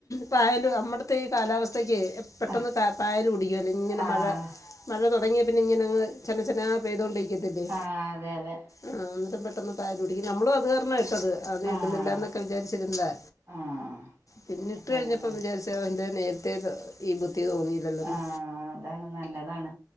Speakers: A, on the left; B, on the right.
A: പായല് അമ്മടുത്തെ ഈ കാലാവസ്ഥയ്ക്ക് പെട്ടെന്ന്
B: ആഹ്
A: പായല് പിടിക്കോലോ ഇങ്ങനെ
B: ആഹ്
A: മഴ മഴ തൊടങ്ങിയ പിന്നെ ഇങ്ങനെ അങ്ങ് ചെന ചെന പെയ്തൊണ്ടിരിക്കത്തില്ലേ
B: ആഹ് അതെ അതെ
A: ആഹ് എന്നിട്ട് പെട്ടെന്ന് പായല് പിടിക്കും നമ്മളും അത് കാരണ ഇട്ടത്
B: ആഹ്
A: ഇടുന്നില്ലാന്നൊക്കെ വിചാരിച്ചിരുന്നതാ
B: ആഹ്
A: പിന്നെ
B: അപ്പൊ
A: ഇട്ട് കഴിഞ്ഞപ്പം
B: അങ്ങനെ
A: വിചാരി <unintelligible> നേരത്തെ ഇത് ഈ ബുദ്ധി തോന്നിയില്ലല്ലോന്ന്
B: ആഹ് അതാണ് നല്ലതാണ്